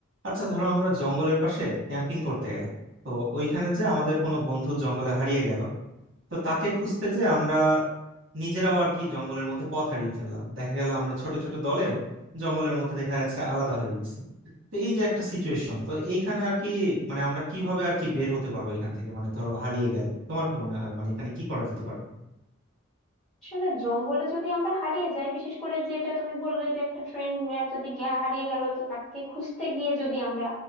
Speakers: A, on the right (about 60°); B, in the centre.
A: আচ্ছা ধরো আমরা জঙ্গলের পাশে ক্যাম্পিং করতে গেলাম তো ওইখানে যে আমাদের কোনো বন্ধু জঙ্গলে হারিয়ে গেল তো তাকে খুঁজতে যে আমরা নিজেরাও আর কি জঙ্গলের মধ্যে পথ হারিয়ে ফেললাম দেখা গেল আমরা ছোট ছোট দলে জঙ্গলের মধ্যে দেখা যাচ্ছে আলাদা হয়ে গেছি তো এই যে একটা সিচুয়েশন তো এইখানে আর কি মানে আমরা কিভাবে আর কি বের হতে পারবো এখান থেকে মানে ধরো হারিয়ে গেলে তোমার কি মনে হয় মানে এখানে কি করা যেতে পারে
B: আসলে জঙ্গলে যদি আমরা হারিয়ে যাই বিশেষ করে যেটা তুমি বললে যে একটা ফ্রেন্ড যদি গে- হারিয়ে গেল তো তাকে খুঁজতে গিয়ে যদি আমরা